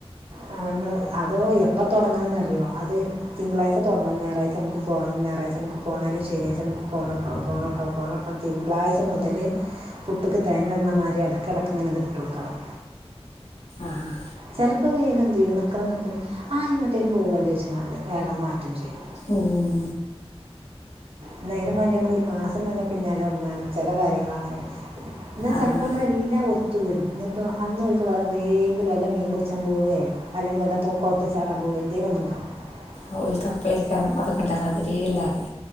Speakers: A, on the right; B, on the left.
A: ആ നമ്മള് അതോ എപ്പ തുടങ്ങണന്നറിയോ അത് തിങ്കളാഴ്ച തുടങ്ങണം ഞായറാഴ്ച നമുക്ക് പോണം ഞായറാഴ്ച നമുക്ക് പോണേലും ശനിയാഴ്ച നമക്ക് പോണട്ടോ പോണം ട്ടോ പോണം ട്ടോ തിങ്കളാഴ്ച മുതൽ പു ട്ട്ക്ക് തേങ്ങെട്ണ മാരി എടക്കടക്കിതിങ്ങനെ ഇട്ടൊടുക്കണം
B: ആഹ്
A: ചെലപ്പോ വേഗം തിരും നിക്കാണാ നിപ്പില് ആാ എങ്ങട്ടേലും പോകുമല്ലോ <unintelligible> വേഗം മാറ്റും ചെയ്യും
B: ഊം
A: ഇന്നൈനും വാണ്ടി നമ്മള് ഒരു മാസം വന്ന് പിന്നാലെ നടന്നാലും ചില കാര്യങ്ങൾ അങ്ങനെണ് ഇന്നാ
B: ആഹ്
A: ചെലപ്പമ്മളെല്ലാം ഒത്തു വരും ന്നട്ടൊ അന്ന് ഓൽക്ക് വേറെ എന്തേങ്കിലും വല്ല മീൻ പിടിച്ചാൻ പോവേ അല്ലെങ്കിൽ വല്ല തൊ കൊളത്ത് ചാടാൻ പോവേ എന്തെലും ഒന്ന് ഇണ്ടാവും ആ <unintelligible>
B: ആ ഓൽക്കപ്പളേക്കാരം അതൊക്കെ ഉണ്ടാക അതിരേ ഇല്ലാതെ